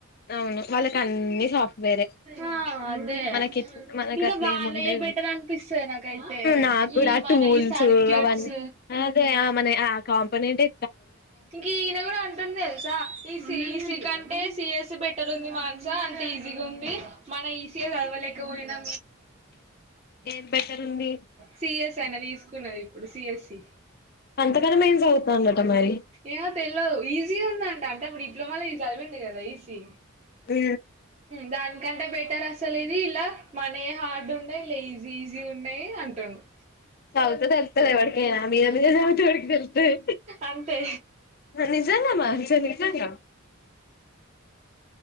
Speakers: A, on the left; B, on the right.
A: అవును వాళ్ళకి అన్ని సాఫ్ట్వేరె
B: ఆ అదే
A: మనకి మనకు
B: ఇంకా
A: అట్ల
B: వాళ్ళయే
A: ఏమి ఉండే
B: బెటర్ అనిపిస్తది నాకైతే
A: నాకు కూడా
B: ఈ మన
A: టూల్స్
B: ఈ సర్క్యూట్స్
A: అవన్నీ అదే మన ఆ కామ్ పని ఏంటే
B: ఇంక ఈయన కూడా అంటుండె తెలుసా ఈ సిఈసి కంటే సిఎస్ బెటర్ ఉంది మానస అంత ఈజీగా ఉంది మన ఈజీగా చదవలేకపోయినా
A: ఏది బెటర్ ఉంది
B: సి ఎస్ ళ్తన్న తీసుకున్నది. ఇప్పుడు సి ఎస్ సి
A: <unintelligible> మరి
B: ఏమే తెల్వదు. ఈజీగా ఉందంట అంటే ఆప్పుడు ఇ డిప్లమాల ఇది చదివిండు. గాదా ఈ సీ
A: హ్
B: దానికంటే బేట్ అసలు ఇది ఇలా మం ఏ హార్డ్ ఉన్నాయి. లేజీ ఈజీ ఉన్నాయి. అంటుండు.
A: చదువుతే తేలుత్తది. ఎవడికైన మీద మీదనే చదువుతే వాడికి తేలుత్తది.
B: అంతే
A: నిజంగా మా నిజం నిజంగా